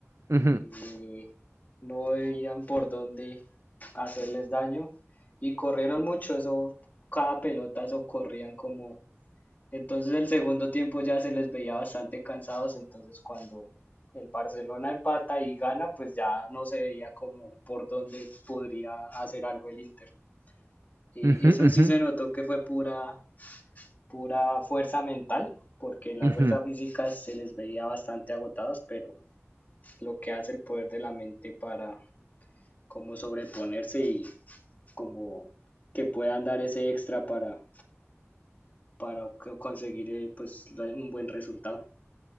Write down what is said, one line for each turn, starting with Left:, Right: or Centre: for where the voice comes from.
Right: Ujú.
Left: eh, no veían por dónde hacerles daño y corrieron mucho, eso, cada pelota, eso corrían como... Entonces el segundo tiempo ya se les veía bastante cansados, entonces cuando el Barcelona empata y gana, pues ya no se veía como por dónde podría hacer algo el Inter. Eh,
Right: Ujú,
Left: eso sí
Right: ujú,
Left: se notó que fue pura, pura fuerza mental, porque la
Right: ujú.
Left: fuerza física se les veía bastante agotados, pero lo que hace el poder de la mente para como sobreponerse y como que puedan dar ese extra para, para conseguir eh, pues un buen resultado.